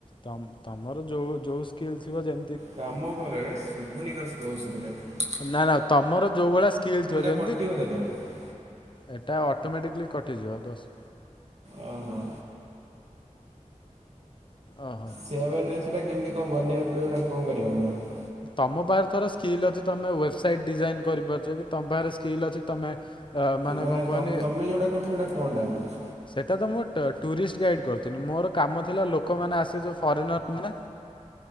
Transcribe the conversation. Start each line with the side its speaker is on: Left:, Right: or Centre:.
Left: ତମ ତମର ଯୋଉ-ଯୋଉ ସ୍କିଲ୍ ଥିବ ଯେ
Right: କାମ <unintelligible> ଶଭୁନି କଣ ସ୍ଲୋ ଶୁଭିଲାଣି।
Left: ନା-ନା ତମର ଯୋଉ ଭଳିଆ ସ୍କିଲ୍ ଥିବ ଯେ
Right: <unintelligible> କେତବେଳେ।
Left: ଏଟା ଅଟୋମେଟିକଲି କଟିଯିବ ଦଶ
Right: ଅ ହଁ।
Left: ଅ ହଁ।
Right: <unintelligible> ସେଇଟା କେମିତି କଣ ବନେଇବୁ ପଡ଼ିବ ନା କଣ କରିବାକୁ ପଡ଼ିବ?
Left: ତମ ପାଖରେ ଥରେ ସ୍କିଲ୍ ଅଛି ତମ ୱେବସାଇଟ୍ ଡିଜାଇନ୍ କରିପାରୁଚ କି ତମ ପାଖରେ ସ୍କିଲ୍ ଅଛି ତମେ ଅ ମାନେ
Right: ନାଁ
Left: କଣ କୁହନି
Right: ତମ ତମେ ଯେଉଁଟା କରୁଚ ସେଇଟା କଣଟା <unintelligible>
Left: ସେଟା ତ ମୁଁ ଟ ଟୁରିଷ୍ଟ ଗାଇଡ୍ କରୁଥିଲି ମୋର କାମ ଥିଲା ଲୋକମାନେ ଆସିବେ ଯୋଉ ଫରେନର <unintelligible>